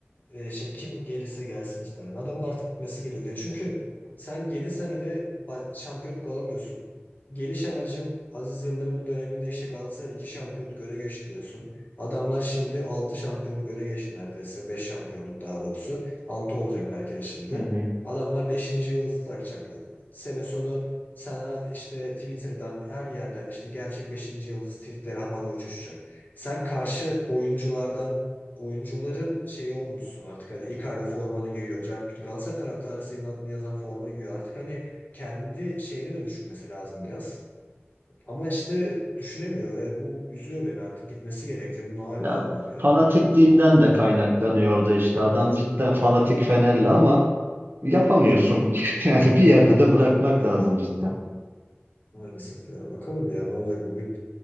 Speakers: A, on the left; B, on the right.
A: e, şey kim gelirse gelsin muhtemelen. Adamın artık gitmesi gerekiyor. Çünkü sen 7 senede ba- şampiyonluk alamıyorsun. Geliş amacın Aziz Yıldırım'ın döneminde işte Galatasaray 2 şampiyonluk öne geçti diyorsun. Adamlar şimdi 6 şampiyonluk öne geçti neredeyse. beş şampiyonluk daha doğrusu. altı olacak belki de şimdi.
B: Hı hı.
A: Adamlar beşinci yıldızı takacaklar. Sene sonu sana işte Twitter'dan her yerden işte gerçek beşinci yıldız tweetleri havada uçuşacak. Sen karşı oyunculardan oyuncuların şeyi olmuşsun artık hani Icardi formanı giyiyor. Cercut Galatasaray taraftarı senin adını yazan forma giyiyor. Artık hani kendi şeyini de düşünmesi lazım biraz. Ama işte düşünemiyor ve bu üzüyor beni artık gitmesi gerekiyor. Bunu hala
B: Ya
A: anlamıyor.
B: fanatikliğinden de kaynaklanıyordu işte. Adam cidden fanatik Fenerli ama yapamıyorsun. <laughs> Yani bir yerde de bırakmak lazım cidden.
A: Maalesef ya bakalım ya ne olacak bugün